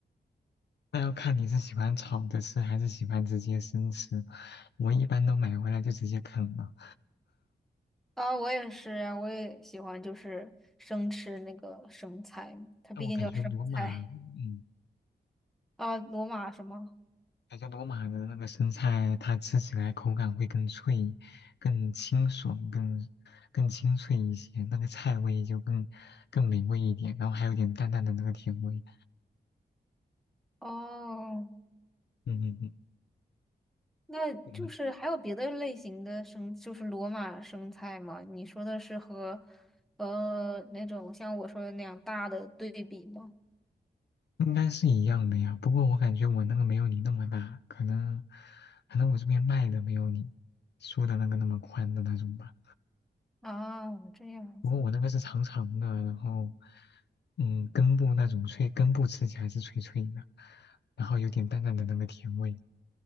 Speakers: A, on the left; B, in the centre.
A: 那要看你是喜欢炒着吃，还是喜欢直接生吃。我一般都买回来就直接啃了。
B: 啊，我也是呀，我也喜欢就是生吃那个生菜，它毕竟叫生菜
A: 但我感觉罗马，嗯，
B: 啊，罗马什么？
A: 感觉罗马的那个生菜，它吃起来口感会更脆、更清爽、更更清脆一些，那个菜味就更更美味一点，然后还有点淡淡的那个甜味。
B: 哦，
A: 嗯嗯
B: 那就是还有别的类型的生，
A: 嗯，嗯
B: 就是罗马生菜吗？你说的是和，呃，那种像我说的那样大的对比吗？
A: 应该是一样的呀。不过我感觉我那个没有你那么大，可能可能我这边卖的没有你说的那个那么宽的那种吧。
B: 啊，这样子。
A: 不过我那个是长长的，然后嗯根部那种脆，根部吃起来是脆脆的，然后有点淡淡的那个甜味。